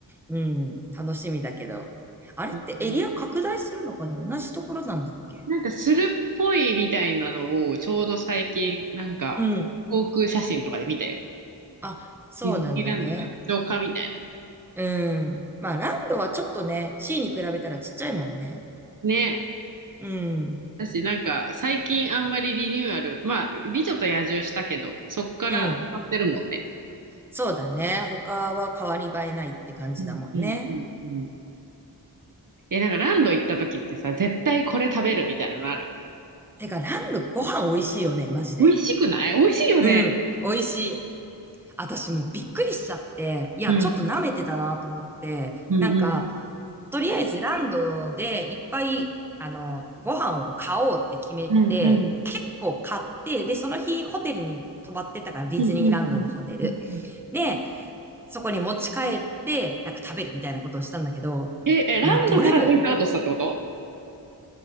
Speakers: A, in the centre; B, on the right.
A: うん、楽しみだけど。あれってエリア拡大するのかな同じところなんだっけ
B: う。うんなんかするっぽいみたいなのをちょうど最近、なんか航空写真とかで見たよ。
A: うん。あ、そうなんだね。
B: ディズニーランド拡張化みたい
A: うん。まあ、ランドはちょっとね、C に比べたらちっちゃいもんね。
B: な。ね。
A: うん。
B: 私なんか最近あんまりリニューアル、まあ、美女と野獣したけど、そっから溜まってるもんね。
A: うん。そうだね。他は変わり映えないって感じだもんね。
B: うんうんうんうん。え、なんかランド行った時ってさ、絶対これ食べるみたいなのある
A: てか、ランドご飯美味しいよね、マジで。
B: 美味しくない美味しいよね。
A: うん。美味しい。私もうびっくりしちゃって、いや、
B: うん。
A: ちょっと舐めてたなと思って、
B: うんうん。
A: なんか、とりあえずランドでいっぱい、あの、ご飯を買おうって決めて、
B: うんうん。
A: 結構買って、で、その日ホテルに泊まってたから、ディズニーランドのホテル。
B: うんうんうん。
A: で、そこに持ち帰って、なんか食べるみたいなことをしたんだけど、
B: え、え、ランドからテイクアウトしたってこと
A: もうどれも、